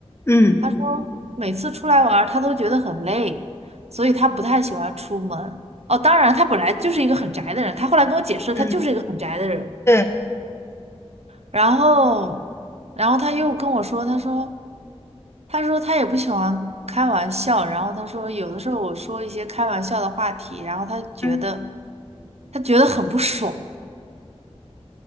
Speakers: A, on the left; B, on the right.
A: 嗯
B: 他说每次出来玩儿他都觉得很累，所以他不太喜欢出门。哦，当然，他本来就是一个很宅的人，他后来跟我解释，
A: 嗯
B: 他就是一个很宅的人。
A: 对，
B: 然后，然后他又跟我说，他说，他说他也不喜欢开玩笑，然后他说有的时候我说一些开玩笑的话题，然后他觉得
A: 嗯。
B: 他觉得很不爽。